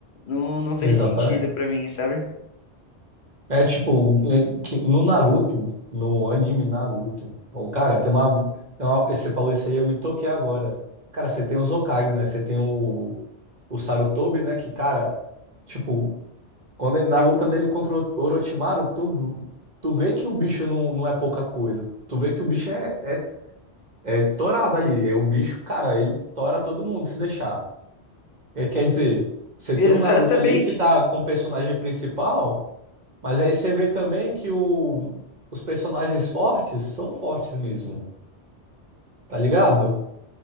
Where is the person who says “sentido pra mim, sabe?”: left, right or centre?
Left